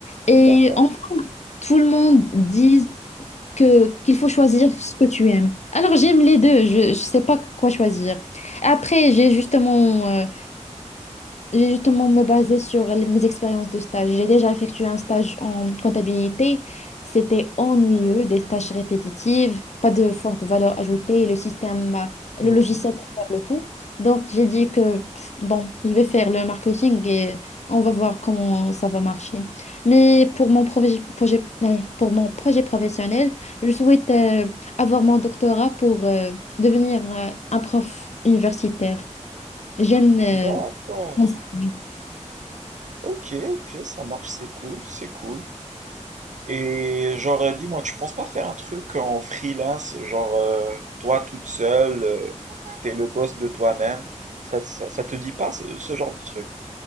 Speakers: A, on the left; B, on the right.
A: Et
B: D'accord.
A: en fait, tout le monde dit que qu'il faut choisir ce que tu aimes. Alors j'aime les deux, je ne sais pas quoi choisir. Après, j'ai justement euh, j'ai justement me baser sur les- mes expériences de stage. J'ai déjà effectué un stage en comptabilité. C'était ennuyeux, des tâches répétitives, pas de forte valeur ajoutée, et le système, euh,
B: Mhm.
A: le logiciel pour faire le tout. Donc j'ai dit que pff, bon, je vais faire le marketing et on va voir comment ça va marcher. Mais pour mon projet, projet- euh, pour mon projet professionnel, je souhaite euh, avoir mon doctorat pour euh, devenir euh, un prof universitaire. J'aime euh,
B: D'accord.
A: enseigner.
B: Ok, ok, ça marche, c'est cool, c'est cool. Et genre, euh, dis-moi, tu penses pas faire un truc en freelance, genre euh, toi toute seule, euh, t'es le boss de toi-même? Ça, ça, ça te dit pas ce, ce genre de truc?